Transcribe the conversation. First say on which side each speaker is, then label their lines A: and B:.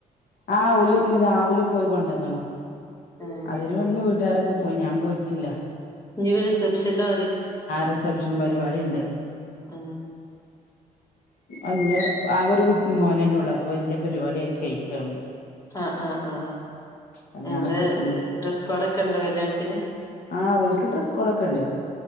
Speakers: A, on the left; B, on the left.
A: ആ ഒല് ഇന്ന് രാവിലെ പോയി കൊണ്ടന്ന്ണ്
B: ഉം
A: അതിന് ഇവിടന്ന് വീട്ടുകാരൊക്കെ പോയി ഞാൻ പോയി ട്ടില്ല
B: ഇനി റിസപ്ഷന്റെ
A: റിസപ്ഷൻ പരിപാടി ഇണ്ട്
B: ആ
A: അല്ല ആക ഒരു മോനന്നെ ഉള്ളൂ അപ്പൊ വല്ല്യ പരിപാടിയാക്കി കഴിക്കാണ് ഓല്
B: ആ ആ ആ
A: കല്യാണൊക്കെ
B: എന്ത്‌
A: ഉം
B: ഡ്രസ് കോഡക്കെ ഉണ്ടോ കല്യാണത്തിന്
A: ആഹ് ഓൽക്ക് ഡ്രസ് കോഡൊക്കെ ഉണ്ട്